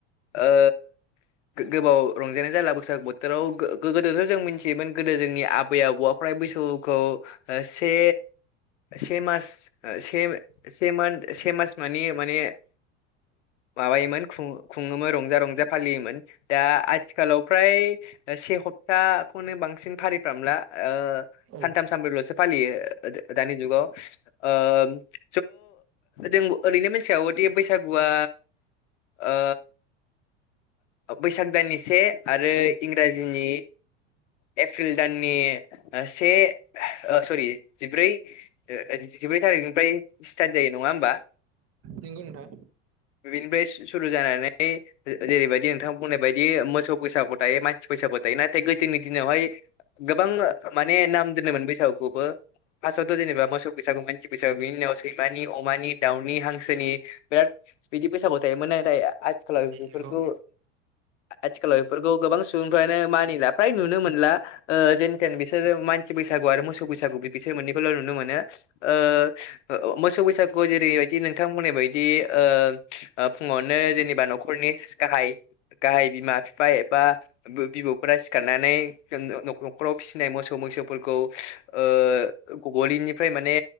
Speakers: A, on the left (about 80°); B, on the right (about 40°).
A: ओ गोबाव रंजानाय जाला बैसागु बोथोराव। गो-गोदोथ' जों मिथियोमोन गोदो जोंनि आबै-आबौआ फ्राय बैसागुखौ से से मास से से से मास मानि माने माबायोमोन खुङोमोन रंजा रंजा। फालियोमोन‌ दा आथिखालाव फ्राय से खप्ताखौनो बांसिन- बांसिन फारिफ्रामला
B: औ
A: सानथाम सानब्रैल'सो फालियो ओ दानि जुगाव। ओ स' जों ओरैनो मिथिागौदि बैसागुआ ओ बैसाग दाननि से आरो इंराजिनि एप्रिल दाननि से ओ सरि जिब्रै जिब्रै थारिख निफ्राय स्टार्ट जायो नङा होमबा?
B: नोंगौ नोंथांं।
A: बेनिफ्राय सुरु जानानै जेरैबायदि नोंथां बुंनाय बायदि मोसौ बैसागु थायो मानसि बैसागु थायो नाथाय गोदोनि दिनावहाय गोबां माने नाम दोनोमोन बैसागुखौबो। फार्स्टआवथ' जेनेबा मोसौ बैसागु मोनथि- बैसागु बिनि उनाव सैमानि, अमानि, दाउनि, हांसोनि बिराद बिदि बैसागु थायोमोन। नाथाय आथिखालाव बेफोरखौ
B: नंगौ
A: आथिखालाव बेफोरखौ गोबां सुबुंफ्रानो मानिला फ्राय नुनो मोनला। ओ जेनथेन बिसोरो मानसि बैसागु आरो मोसौ बैसागु बिसोर मोननैखौल' नुनो मोनो। ओ मोसौ बैसागु- खौ जेरैबायदि नोंथांमोननि बायदि ओ फुङावनो जेनेबा न'खरनि गाहाय गाहाय बिमा बिफा एबा बिबौफोरा सिखारनानै न'खराव फिसिनाय मोसौ मैसोफोरखौ ओ गलिनिफ्राय माने